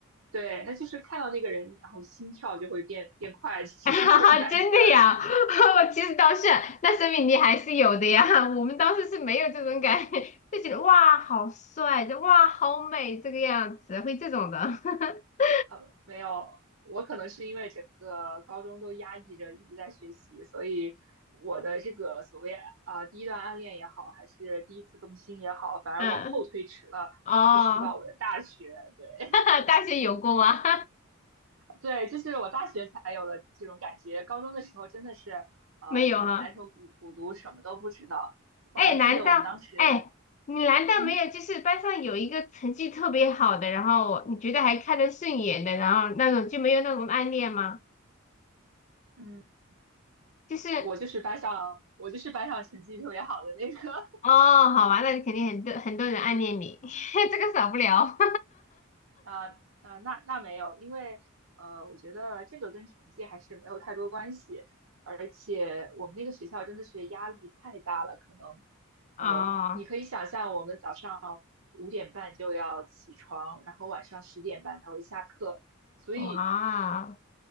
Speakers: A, on the right; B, on the left.
A: 对，那就是看到那个人，然后心跳就会变变快，<laughs> 只是这种感觉而已。
B: <laughs> 哈哈，真的呀，<laughs> 我其实倒是，那说明你还是有的呀。<laughs> 我们当时是没有这种感觉，<laughs> 就觉得哇好帅，就哇好美这个样子，会这种的。<laughs>
A: 呃，没有，我可能是因为整个高中都压抑着，一直在学习，所以我的这个所谓呃第一段暗恋也好，还是第一次动心也好，反而往后推迟了，
B: 嗯，哦，
A: 推迟到我的大学。对。
B: <laughs> 大学有过吗？<laughs>
A: 对，就是我大学才有了这种感觉，高中的时候真的是，呃，
B: 没有哈。
A: 除了埋头苦苦读，什么都不知道。我还记得我们当时，
B: 哎，难道哎，你难道没有就是班上有一个成绩特别好的，
A: 嗯
B: 然后你觉得还看得顺眼的，然后那种就没有那种暗恋吗？
A: 嗯，
B: 就是。
A: 我就是班上，我就是班上成绩特别好的那个。
B: 哦，好玩，那肯定很多很多人暗恋你，<laughs> 这个少不了。
A: 那那那那没有，因为呃，我觉得这个跟成绩还是没有太多关系，而且我们那个学校真的是压力太大了，可能
B: <laughs>
A: 呃，
B: 哦，
A: 你可以想象我们早上五点半就要起床，然后晚上十点半才会下课，所以
B: 哇，